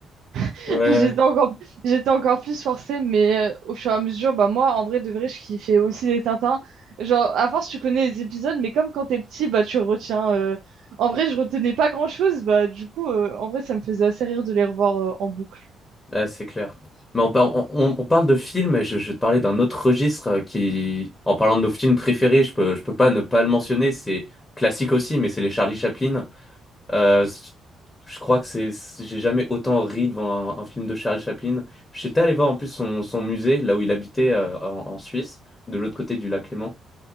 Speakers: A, on the right (about 75°); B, on the left (about 20°).
A: <laughs>
B: Ouais, ouais.
A: j'étais encore... j'étais encore plus forcée. Mais euh, au fur et à mesure, bah, moi, en vrai, de vrai, je kiffais aussi les Tintins. Genre, à force, tu connais les épisodes, mais comme quand t'es petit, bah, tu retiens. euh, En vrai, je retenais pas grand-chose. Bah, du coup, euh, en vrai, ça me faisait assez rire de les revoir euh, en boucle.
B: Ouais, c'est clair. Mais on, par- on- on- on parle de films, je, je vais te parler d'un autre registre euh, qui, en parlant de nos films préférés, je peux, je peux pas ne pas le mentionner, c'est classique aussi, mais c'est les Charlie Chaplin. Euh, c- je crois que c'est, c'est- j'ai jamais autant ri devant un, un film de Charlie Chaplin. J'étais allé voir en plus son, son musée, là où il habitait, euh, en, en Suisse, de l'autre côté du lac Léman.